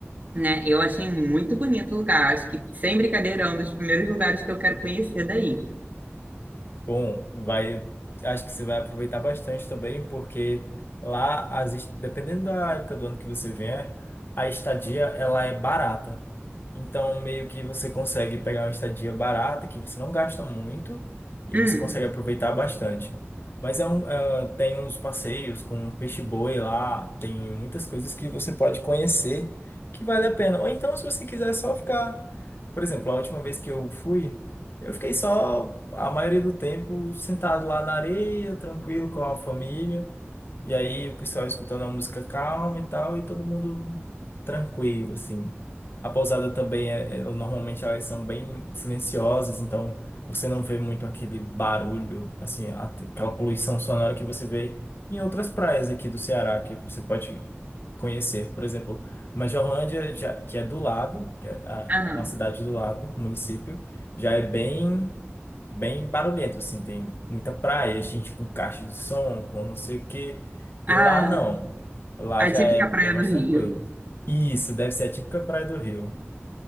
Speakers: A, on the right; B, on the left.
A: né? Eu achei muito bonito o lugar. Acho que, sem brincadeira, é um dos primeiros lugares que eu quero conhecer daí.
B: Bom, vai, acho que você vai aproveitar bastante também, porque lá, as, est- dependendo da época do ano que você vier, a estadia ela é barata. Então, meio que você consegue pegar uma estadia barata que você não gasta muito e
A: Hum,
B: você consegue aproveitar bastante. Mas é um, é, tem uns passeios com peixe-boi lá, tem muitas coisas que você pode conhecer que vale a pena. Ou então, se você quiser só ficar. Por exemplo, a última vez que eu fui. Eu fiquei só a maioria do tempo sentado lá na areia, tranquilo com a família. E aí o pessoal escutando a música calma e tal, e todo mundo tranquilo, assim. A pousada também é, é- normalmente elas são bem silenciosas, então você não vê muito aquele barulho, assim, a- aquela poluição sonora que você vê em outras praias aqui do Ceará, que você pode conhecer. Por exemplo, Majorlândia, já, que é do lado, que é a-
A: aham.
B: uma cidade do lado, município, já é bem bem barulhento, assim, tem muita praia, gente com caixa de som, com não sei o quê.
A: Ah,
B: E lá não. Lá
A: a
B: já
A: típica
B: é bem
A: praia
B: mais
A: do Rio.
B: tranquilo. Isso, deve ser a típica praia do Rio.